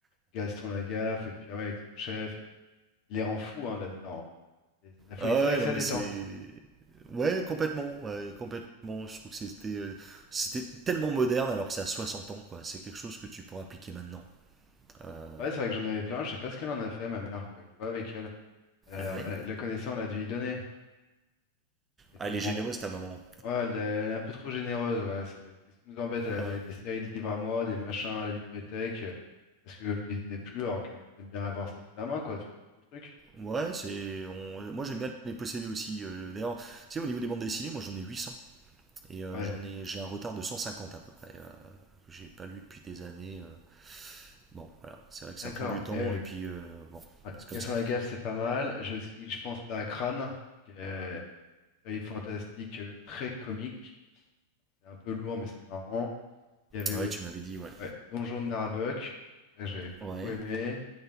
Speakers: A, on the left; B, on the right.
A: Gaston Lagaffe, et puis, ah ouais, avec son chef, il les rend fous, hein, là-dedans. hein. C'est c'est de la folie.
B: Ah ouais,
A: C'est vrai que
B: non,
A: ça
B: mais
A: détend.
B: c'est. Ouais, complètement, ouais, complètement. Je trouve que c'était euh, c'était tellement moderne alors que c'est à 60 ans, quoi. C'est quelque chose que tu pourras appliquer maintenant. Euh,
A: Ouais, c'est vrai que j'en avais plein. Je sais pas ce qu'elle en a fait, ma mère. Faudrait que je vois avec elle. Elle a-
B: Ouais.
A: elle a- la connaissance elle a dû y donner. Elle est tellement.
B: Ah, elle est généreuse, ta maman.
A: Ouais, elle, elle est un peu trop généreuse. Ouais, c'est c'est ce qui nous embête. Elle a
B: Ah
A: donné
B: ouais.
A: des séries de livres à moi, des machins à la bibliothèque, euh, parce que je les lisais plus, alors que t'aimes bien avoir ça sous la main, quoi. Tu fais ton truc.
B: Ouais, c'est. on- Moi, j'aime bien les posséder aussi. euh, D'ailleurs, tu sais, au niveau des bandes dessinées, moi, j'en ai 800. Et euh,
A: Ouais,
B: j'en ai... j'ai
A: d'accord.
B: un retard de 150 à peu près, euh, que j'ai pas lu depuis des années. euh. Bon, voilà. C'est vrai que
A: D'accord.
B: ça prend du temps
A: Mais euh,
B: et puis euh, bon,
A: ouais,
B: c'est comme
A: Gaston
B: ça.
A: Lagaffe, c'est pas mal. J'ai aussi, je pense, là, à Crâne, qui est une série fantastique, euh, très comique. C'est un peu lourd, mais c'est marrant. Il y avait
B: Ah
A: aussi
B: Ouais, tu m'avais dit, ouais.
A: ouais, Donjon de Narabuck, ça, j'avais beaucoup
B: Ouais.
A: aimé.